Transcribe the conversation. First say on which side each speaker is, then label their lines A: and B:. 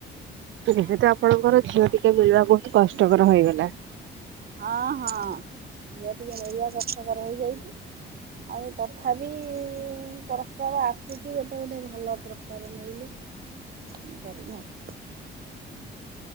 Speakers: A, on the right; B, on the right.
A: ଏବେ ତ ଆପଣଙ୍କର ଝିଅ ଟିକେ ମିଳିବା ବହୁତ୍ କଷ୍ଟକର ହେଇଗଲା।
B: ହଁ ହଁ ଝିଅ ବି ଟିକେ ମିଳିବା କଷ୍ଟକର ହେଇଯାଉଚି ଆଉ ତଥାବି ବି ପ୍ରସ୍ତାବ ଆସୁଚି ଗୋଟେ ଗୋଟେ ଭଲ ପ୍ରସ୍ତାବ ମିଳିଲେ ଅଁ କରିବା ଆଉ।